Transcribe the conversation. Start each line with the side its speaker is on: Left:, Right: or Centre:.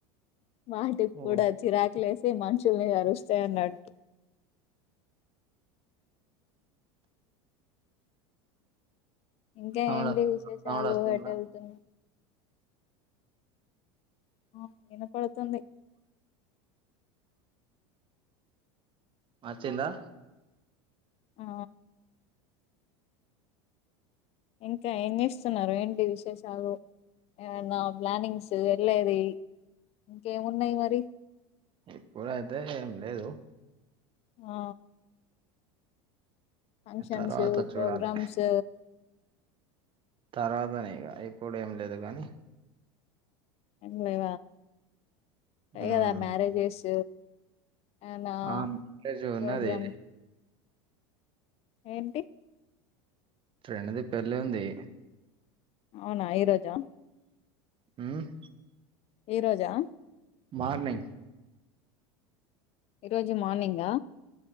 Left: వాటికి
Right: ఓ
Left: కూడా చిరాకు లేసి మంచి గా కరుస్తాయి అన్నట్డు ఇంకా
Right: సౌండ్
Left: ఏంటి విశేషాలు
Right: సౌండ్ వస్తుందా
Left: ఎటు వెళ్తున్నారు ఆ వినపడుతుంది
Right: వచ్చిందా
Left: ఆ ఇంకా ఏం చేస్తున్నారు ఏంటి విశేషాలు ఏమన్నా ప్లానింగ్స్ కు వెళ్ళేది ఇంకేమున్నాయి మరి
Right: ఇప్పుడు అయితే ఏం లేదు
Left: ఆ ఫంక్షన్సు
Right: తర్వాత
Left: ప్రోగ్రామ్స్
Right: చూడాలి తర్వాతనే ఇప్పుడు ఏం లేదు గానీ
Left: ఉంటాయి
Right: మ్మ్
Left: కదా మ్యారేజెస్ ఏనా
Right: ఆ మ్యారేజ్ ఉన్నది
Left: ప్రోగ్రామ్స్ ఏంటి
Right: ఫ్రెండ్ ది పెళ్ళి ఉంది
Left: అవునా ఈరోజా
Right: మ్మ్ హ్
Left: ఈ రోజా
Right: మార్నింగ్
Left: ఈరోజు మార్నింగ్